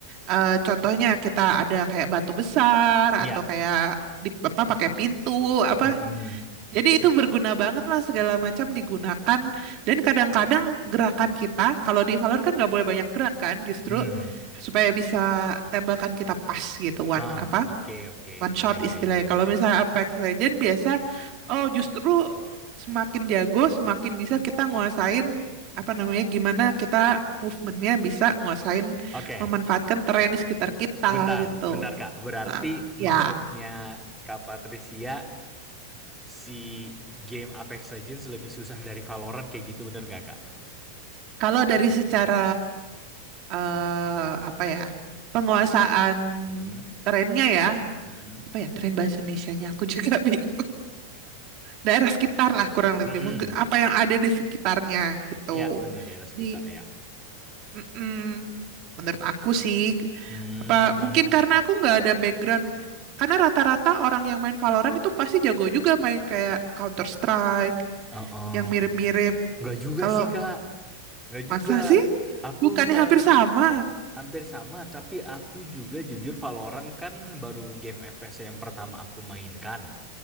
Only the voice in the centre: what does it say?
ya,
mm-mm,
mm.
Ah,
oke, oke,
ya, ya,
ya,
ya.
Oke,
bentar,
bentar, Kak. Berarti
maksudnya Kak Patricia, si game Apex Legends lebih susah dari Valorant kayak gitu, bener nggak, Kak?
Mm-mm,
mm-mm,
mm-mm.
Ya, bener, daerah sekitar,
ya.
Hmm,
oh, oh.
Nggak juga
sih, Kak. Nggak juga.
Aku
soalnya...
Hampir sama, tapi aku juga jujur Valorant kan baru game FPS yang pertama aku mainkan.